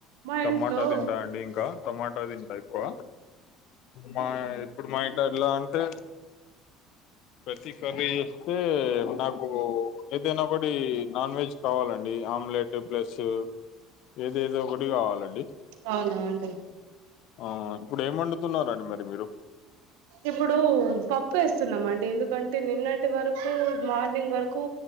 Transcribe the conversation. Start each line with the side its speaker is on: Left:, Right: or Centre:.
Right: మా
Left: టమాటా
Right: ఇంట్లో
Left: తింటా అండి ఇంకా టమాటా తింటా ఎక్కువ మా ఇప్పుడు మా ఇడ ఎలా అంటేం ప్రతి కర్రీ చేస్తే నాకు ఏదైనా ఒకటి నాన్వెజ్ కావాలండీ అమ్ ప్లస్ ఏదో ఏదో ఒకటి కావాలండి
Right: అవునా అండి
Left: ఆ ఇప్పుడేం వండుతున్నారండి మరి మీరు
Right: ఇప్పుడు పప్పు చేస్తున్నామండి ఎందుకంటే నిన్నటి వరకు మార్నింగ్ వరకూ